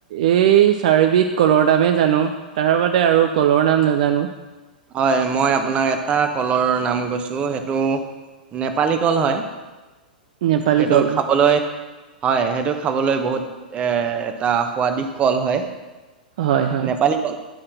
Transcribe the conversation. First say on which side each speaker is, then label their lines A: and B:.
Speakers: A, on the right; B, on the right.
A: এই চাৰি বিধ কলৰ নামেই জানো, তাৰ বাদে আৰু কলৰ নাম নাজানো।
B: হয়, মই আপোনাক এটা কলৰ নাম কৈছোঁ, সেইটো নেপালী কল হয়।
A: নেপালী
B: সেইটো
A: কল
B: খাবলৈ হয়, সেইটো খাবলৈ বহুত এ এটা সোৱাদিশ কল হয়।
A: হয় হয়
B: নেপালী কল,